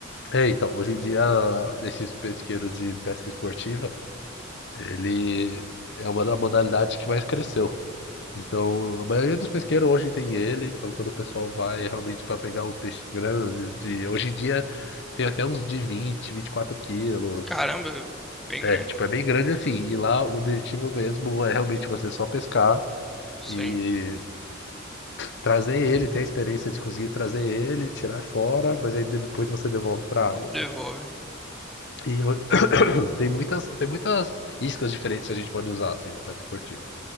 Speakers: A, on the left; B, in the centre.
A: É, então, hoje em dia, nesses pesqueiros de pesca esportiva, ele é uma da modalidade que mais cresceu. Então, a maioria dos pesqueiros hoje tem ele, então quando o pessoal vai é realmente para pegar uns peixes grandes, de... hoje em dia tem até uns de 20, 24 quilos.
B: Caramba, é bem
A: É,
B: grande.
A: tipo, é bem grande assim. E lá o objetivo mesmo é realmente você só pescar
B: Sim.
A: e trazer ele, ter a experiência de conseguir trazer ele, tirar fora, mas aí depois você devolve para água.
B: Devolve.
A: E eu- <coughs> <clears throat> tem muitas, tem muitas iscas diferentes que a gente pode usar assim na pesca esportiva.